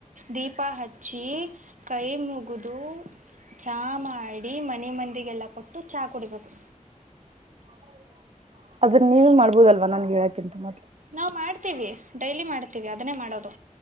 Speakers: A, on the right (about 75°); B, on the right (about 55°).
A: ದೀಪ ಹಚ್ಚಿ ಕೈ ಮುಗಿದ ಚಾ ಮಾಡಿ ಮನೆ ಮಂದಿಗೆಲ್ಲ ಕೊಟ್ಟು ಚಾ ಕುಡಿಬೇಕು
B: ಹದ ಅದನ್ನ ನೀವೇ ಮಾಡ್ಬೋದಲ್ವಾ ನನ್ಗೆ ಹೇಳಕೆಂತ ಮತ್
A: ನಾವು ಮಾಡ್ತೀವಿ ಡೈಲಿ ಮಾಡ್ತೀವಿ ಅದನ್ನೇ ಮಾಡೋದು